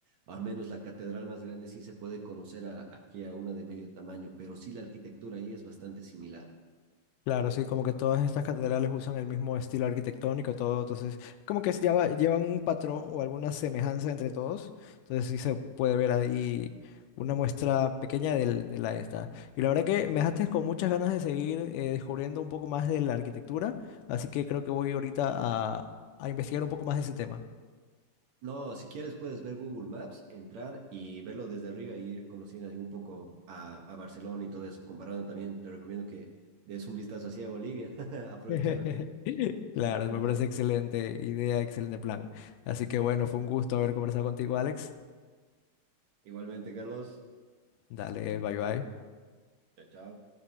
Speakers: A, on the right; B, on the left.
A: al menos la catedral más grande sí se puede conocer a- aquí a una de medio tamaño, pero sí la arquitectura ahí es bastante similar.
B: Claro, sí, como que todas estas catedrales usan el mismo estilo arquitectónico, todo, entonces, como que lleva- llevan un patrón o alguna semejanza entre todos, entonces sí se puede ver ahí una muestra pequeña del- de la esta. Y la verdad que me dejaste con muchas ganas de seguir eh, descubriendo un poco más de la arquitectura, así que creo que voy ahorita a, a investigar un poco más de ese tema.
A: No, si quieres puedes ver Google Maps, entrar y verlo desde arriba y ir conociendo ahí un poco a, a Barcelona y todo eso, comparando también, te recomiendo que des un vistazo hacia Bolivia, <laughs> aprovechando
B: <laughs>
A: que
B: Claro,
A: el
B: me parece
A: tiempo.
B: excelente idea, excelente plan. Así que bueno, fue un gusto haber conversado contigo, Alex.
A: Igualmente, Carlos,
B: Dale, bye bye.
A: chao, chao.